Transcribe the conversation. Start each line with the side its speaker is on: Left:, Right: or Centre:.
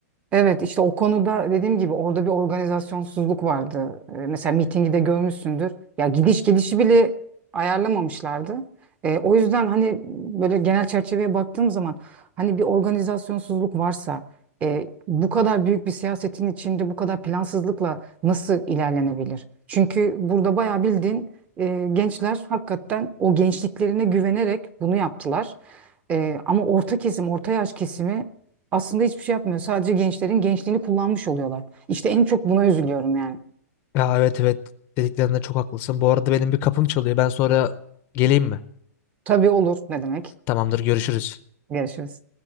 Right: Evet işte o konuda dediğim gibi orada bir organizasyonsuzluk vardı. Ee, Mesela mitingi de görmüşsündür. Ya gidiş gelişi bile ayarlamamışlardı. Ee, o yüzden hani böyle genel çerçeveye baktığım zaman hani bir organizasyonsuzluk varsa e, bu kadar büyük bir siyasetin içinde bu kadar plansızlıkla nasıl ilerlenebilir? Çünkü burada bayağı bildiğin e, gençler hakikaten o gençliklerine güvenerek bunu yaptılar. Ee, ama orta kesim, orta yaş kesimi aslında hiçbir şey yapmıyor. Sadece gençlerin gençliğini kullanmış oluyorlar. İşte en çok buna üzülüyorum yani.
Left: Ya evet evet dediklerinde çok haklısın. Bu arada benim bir kapım çalıyor. Ben sonra geleyim mi?
Right: Tabii olur ne demek.
Left: Tamamdır görüşürüz.
Right: Görüşürüz.